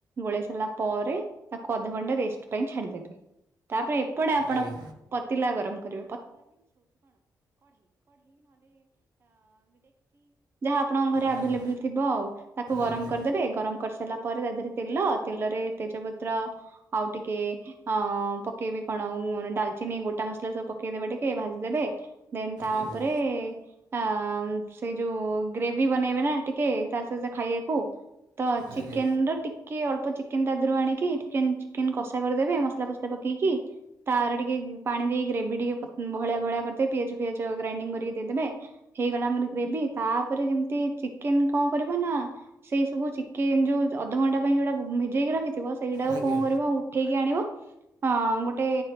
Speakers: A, on the right; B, on the right.
A: ଗୋଳେଇ ସାରିଲା ପରେ ତାକୁ ଅଧଘଣ୍ଟା ରେଷ୍ଟ ପାଇଁ ଛାଡିଦେବେ, ତାପରେ ଆପଣ
B: ଆଜ୍ଞା
A: ପତିଲା ଗରମ। <unintelligible> <unintelligible> ଆପଣଙ୍କ ଘରେ ଆଭେଲେଵ୍ୟୁଲ୍
B: ଆଜ୍ଞା
A: ଥିବ ଆଉ ତାକୁ ଗରମ୍
B: ଆଜ୍ଞା
A: କରଦେଵେ, ଗରମ୍ କରିସାରିଲା ପରେ ତା ଧେରେ ତେଲ, ତେଲରେ ତେଜ ପତ୍ର ଆଉ ଟିକେ ଅ ପକେଇବେ କଣ ଡ଼ାଲିଚିନି ଗୋଟା ମସଲା ସବୁ ପ ପକେଇଦେବେ ଟିକେ ଭାଜିଦେବେ ଦେନ୍ ତାପରେ
B: ଆଜ୍ଞା
A: ଆ ମ୍ଵ୍ ସେଇ ଯୋଉ ଗ୍ରେଭି ବନେଇବେ ନା ଟିକେ ତା ସହିତ ଖାଇବାକୁ। ତ ଚିକେନର
B: ଆଜ୍ଞା ଆଜ୍ଞା ଆଜ୍ଞା ଆଜ୍ଞା
A: ଟିକେ ଅଳ୍ପ ଚିକ୍ ଚିକେନ ତା ଦେହରୁ ଆଣିକି ଟିକେନ୍ ଚିକେନ୍ କଷା କରିଦେବେ ମସ୍ଲା ଫସ୍ଲା ପକେଇକି ତାର ଟିକେ ପାଣି ଦେଇକି ଗ୍ରେଭି ଟିକେ ଫତ୍ ବହଳିଆ ବହଳିଆ କର୍ଦେଇ ପିଆଜ ଫିଆଜ ଗ୍ରାଇଣ୍ଡିଙ୍ଗ୍ କରିକି ଦେଇଦେବେ ହେଇଗଲା ଆମର ଗ୍ରେଭି। ତାପ୍ ପରେ ଯେମିତି ଚିକେନ କଁ କରିବ ନା ସେଇ ସବୁ ଚିକେନ୍ ଯୋଉ ଅଧଘଣ୍ଟା ପାଇଁ ଯୋଉଟା ଦେଇକି ରଖିଥିବ ସେଇଟାକୁ
B: ଆଜ୍ଞା
A: କଁ କରିବ ଉଠେଇକି ଆଣିବ ଅଂ ଗୋଟେ